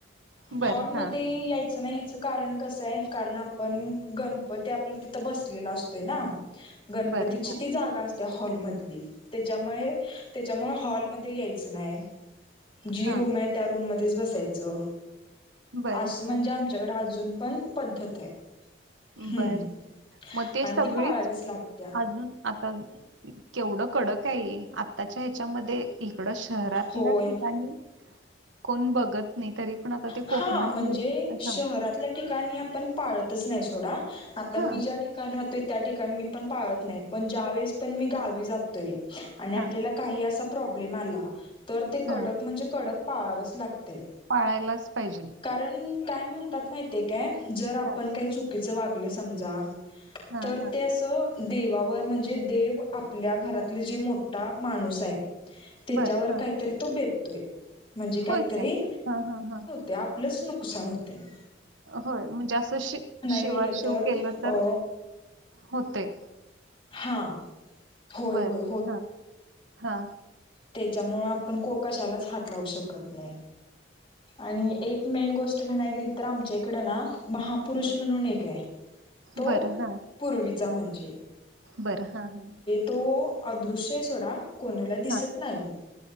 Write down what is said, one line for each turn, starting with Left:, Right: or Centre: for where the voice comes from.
Right: बरं.
Left: हॉलमध्ये
Right: हां.
Left: याय चं नाही. हेच कारण कसं आहे. कारण, आपण गणपती आपलं तिथं बसलेला असतोय ना. गणपतीची
Right: बरं. हां.
Left: ती जागा असते. हॉलमधली त्याच्यामुळे त्याच्यामुळे हॉलमध्ये यायचं नाही. जी
Right: हां.
Left: रूम आहे त्या रूम मध्येच बसायचं.
Right: बरं.
Left: असं म्हणजे,
Right: हां.
Left: आमच्याकडे अजून पण पद्धत आहे. हम्म
Right: बरं, मग ते
Left: आणि
Right: सगळीच
Left: ती पाळावीच लागत्या
Right: अजून आता, केवढं कडक आहे. आताच्या ह्याच्यामध्ये इकडं शहरातल्या
Left: होय
Right: ठिकाणी, कोण बघत नाही, तरी पण आता ते
Left: हा
Right: कोकणातले
Left: म्हणजे
Right: हा
Left: शहरातल्या ठिकाणी आपण पाळतच नाही. सोडा, आता
Right: हां.
Left: मी ज्या ठिक काण राहतोय, त्या ठिकाणी मी पण पाळत नाही. पण ज्या वेळेस पण मी गावी जातोय आणि
Right: हां.
Left: आपल्याला काही असा प्रॉब्लेम आला, तर ते
Right: हां.
Left: कडक म्हणजे कडक पाळावंच लागते.
Right: पाळायलाच पाहिजे.
Left: कारण, काय म्हणतात माहितेय काय, जर आपण
Right: हां.
Left: काही चुकीचं वागलं समजा
Right: हां.
Left: तर
Right: हां.
Left: ते असं देवावर म्हणजे, देव आपल्या घरातले जे मोठा माणूस आहे त्याच्यावर
Right: बरं. हां.
Left: काही तरी, तो बेततोय म्हणजे काही
Right: होय
Left: तरी
Right: काय? हां, हां, हां.
Left: ते आपलंच नुकसान होतयं.
Right: होय, म्हणजे असं शि शिवा
Left: गेलं
Right: शिव
Left: तर
Right: केलं तर
Left: अ
Right: होतयं.
Left: हा होय
Right: बरं
Left: होय
Right: हा हा.
Left: त्याच्यामुळे आपण को कशालाच हात लावू शकत नाही. आणि एक मेन गोष्ट म्हणाय गेली तर आमच्या इकडं ना महापुरुष
Right: हं
Left: म्हणून एक आहे. तो
Right: बरं हां
Left: पूर्वीचा म्हणजे
Right: बरं, हा, हा.
Left: तो अदृश्य सोडा. कोणाला दिसत
Right: हां
Left: नाही.